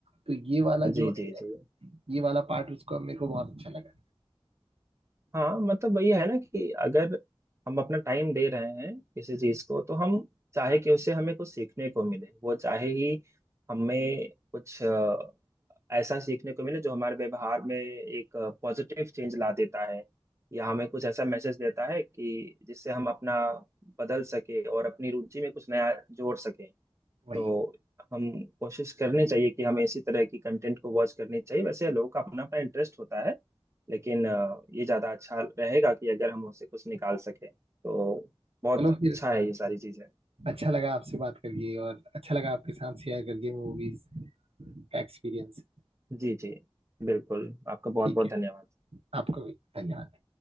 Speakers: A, on the right; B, on the right.
A: तो ये वाला
B: जी
A: जो
B: जी
A: है
B: जी
A: ये वाला पार्ट उसका मेरे को बहुत अच्छा लगा
B: हाँ मतलब वही है ना कि अगर हम अपना टाइम दे रहे हैं किसी चीज को तो हम चाहे कि उससे हमें कुछ सीखने को मिले वो चाहे ही हमें कुछ अ, ऐसा सीखने को मिले जो हमारे व्यवहार में एक पॉजिटिव चेंज ला देता है या हमें कुछ ऐसा मैसेज देता है कि जिससे हम अपना बदल सके और अपनी रुचि में कुछ नया जोड़ सके
A: वही
B: तो हम कोशिश करनी चाहिए कि हमें इसी तरह की कंटेंट को वॉच करनी चाहिए वैसे लोगों का अपना अपना इंटरेस्ट होता है लेकिन अ, ये ज़्यादा अच्छा रहेगा कि अगर हम उसे कुछ निकाल सकें तो बहुत
A: चलो
B: अच्छा
A: फिर
B: है ये सारी चीज़ें
A: अच्छा लगा आपसे बात करके और अच्छा लगा आपके साथ शेयर करके मूवीज का एक्सपीरियंस
B: जी जी बिल्कुल आपका बहुत
A: ठीक
B: बहुत
A: है
B: धन्यवाद
A: आपका भी धन्यवाद